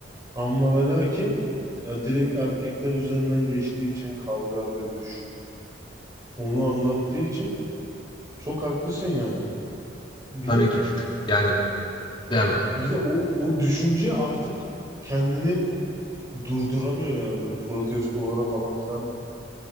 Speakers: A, on the right (about 15°); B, on the left (about 25°).
A: Ama ve lakin ya direkt erkekler üzerinden geçtiği için kavga, dövüş onu anlattığı için çok haklısın yani. Bir
B: Tabii
A: de
B: ki. Yani devam et.
A: bir de o o düşünce artık kendini durduramıyor yani böyle protestolara falan filan